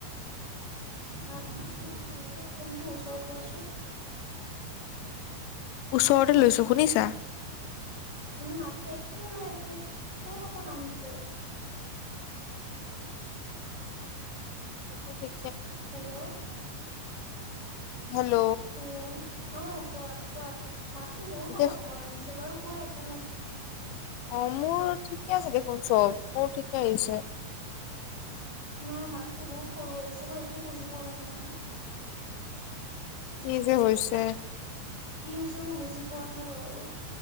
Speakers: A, on the right; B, on the left.
A: মাতটো শুনা নাই অলপ ফোনটো ওচৰত লোৱাচোন।
B: ওচৰতে লৈছোঁ শুনিছা।
A: মানে মাতটো একেবাৰে একে অকণ অকণ আহিছে।
B: <inaudible> অ দে
A: হেল্ল'
B: হেল্ল'
A: হেল্ল' অ কোৱা। কোৱা মাততো বহুত
B: এতিয়া
A: অকণ অকণ আহিছে বাৰু কোৱা একো নাই।
B: অ মোৰ ঠিকে আছে দেখোন চব মোৰ ঠিকে আহিছে।
A: তোমাৰ মাততো বহুত সৰু আহিছে মই একো বুজি পোৱা নাই নহয়।
B: কি যে হৈছে?
A: কি হৈছে মই বুজি পোৱা নাই বাৰু